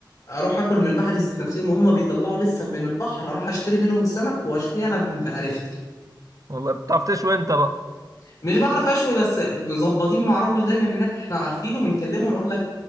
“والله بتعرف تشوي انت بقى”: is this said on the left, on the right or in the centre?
Right